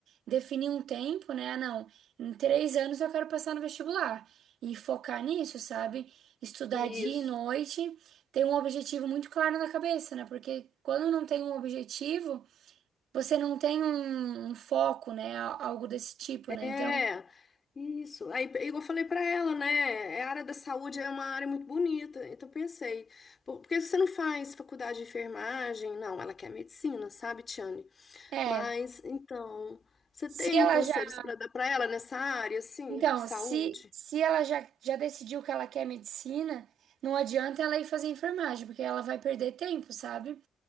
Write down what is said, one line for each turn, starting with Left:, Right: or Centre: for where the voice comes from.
Right: definir um tempo, né? Ah, Não, em três anos eu quero passar no vestibular. E focar nisso, sabe? Estudar
Left: Isso.
Right: dia e noite, ter um objetivo muito claro na cabeça, né? Porque quando não tem um objetivo, você não tem um, um foco, né? Al- Algo desse tipo,
Left: É,
Right: né? Então,
Left: isso. Aí, é igual eu falei pra ela, né? A área da saúde é uma área muito bonita. Então, eu pensei, por por que você não faz faculdade de enfermagem? Não, ela quer medicina, sabe, Tiane?
Right: é.
Left: Mas, então, você
Right: Se
Left: tem
Right: ela
Left: conselhos
Right: já
Left: pra dar pra ela nessa área, assim,
Right: Então,
Left: de saúde?
Right: se, se ela já, já decidiu que ela quer medicina, não adianta ela ir fazer enfermagem, porque ela vai perder tempo, sabe?